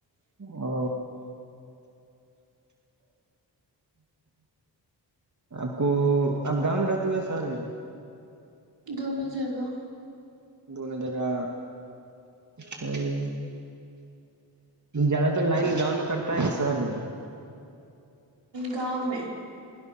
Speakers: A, on the right; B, on the right.
A: او آپ کو آپ گاؤں میں رہتی ہوا شہر میں
B: دونوں جگہ
A: بون د کا سی ہے زیادہ تر لائن گاؤں میں کرتا ہے شہر میں
B: گاؤں میں